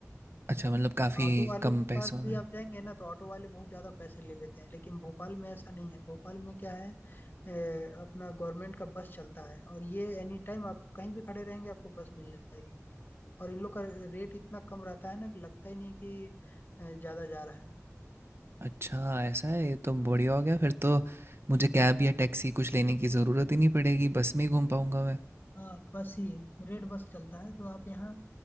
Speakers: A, on the right; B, on the left.
A: अच्छा मतलब काफ़ी
B: ऑटो वालों
A: कम
B: के
A: पैसों
B: पास
A: में।
B: भी आप जाएंगे ना तो ऑटो वाले बहुत ज़्यादा पैसे ले लेते हैं लेकिन भोपाल में ऐसा नहीं है भोपाल में क्या है ए, अपना गवर्नमेंट का बस चलता है और ये एनी टाइम आप कहीं भी खड़े रहेंगे आपको बस मिल जाएगी और इन लोग का रेट इतना कम रहता है ना कि लगता ही नहीं कि ए, ज़्यादा जा रहा है
A: अच्छा ऐसा है, ये तो बढ़िया हो गया फिर तो मुझे कैब या टैक्सी कुछ लेने की ज़रूरत ही नहीं पड़ेगी, बस में ही घूम पाऊँगा मैं।
B: हाँ बस ही रेड बस चलता है तो आप यहाँ